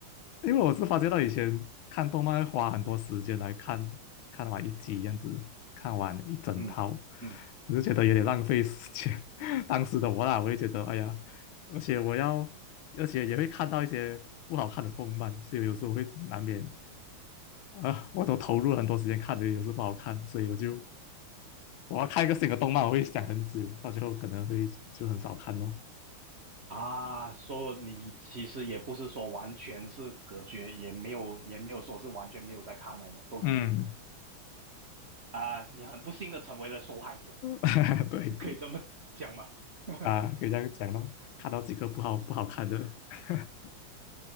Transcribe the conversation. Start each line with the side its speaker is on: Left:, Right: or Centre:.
Left: 因为我是发觉到以前看动漫会花很多时间来看，看完一集这样子，看完一整套，
Right: 嗯嗯
Left: 我就觉得有点浪费时间。<laughs> 当时的我啦，我也觉得，哎呀，而且我要，而且也会看到一些不好看的动漫，所以有时候会难免，啊、我都投入了很多时间看的，有时候不好看，所以我就我要看一个新的动漫，我会想很久，到最后可能会就很少看哦。
Right: 啊，说你其实也不是说完全是隔绝，也没有也没有说是完全没有在看了的，都是
Left: 嗯。嗯
Right: 啊，你很不幸的成为了受害者，
Left: <laughs> 对
Right: 可以这么讲吗？<laughs>
Left: 啊，可以这样讲咯，看到几个不好不好看的，<laughs>